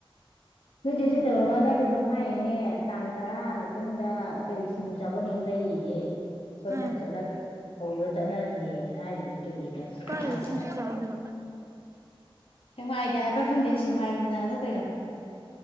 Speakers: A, on the left; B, on the right.
A: ꯅꯣꯏ ꯆꯦ ꯁꯩꯇꯚꯃꯥꯅ ꯀꯩꯅ ꯍꯥꯏꯅꯦ ꯇꯥꯡ ꯇꯔꯥ ꯃꯇꯨꯡꯗ ꯀꯔꯤ ꯁꯤꯡꯖꯨ ꯆꯥꯐꯝ ꯑꯃ ꯂꯩꯔꯤꯌꯦꯌꯦ ꯑꯩꯈꯣꯏ
B: ꯑꯥ
A: ꯃꯌꯥꯝ ꯆꯠꯂꯒ ꯍꯧꯔ ꯆꯠꯅꯔꯁꯦꯅ ꯍꯥꯏꯔꯤꯌꯦ ꯀꯔꯤ
B: ꯀꯥꯏꯗ
A: ꯍꯥꯏꯗ
B: ꯁꯤꯡꯖꯨ
A: ꯍꯥꯏꯕꯗꯣ
B: ꯆꯥꯕꯗꯕ
A: ꯁꯦꯛꯃꯥꯏꯗ ꯍꯥꯏꯕ꯭ꯔꯥ ꯈꯪꯗꯦ ꯁꯤ ꯁꯦꯛꯃꯥꯏꯔꯣꯝꯗ ꯍꯥꯏꯕꯔꯥ ꯀꯩꯅꯣ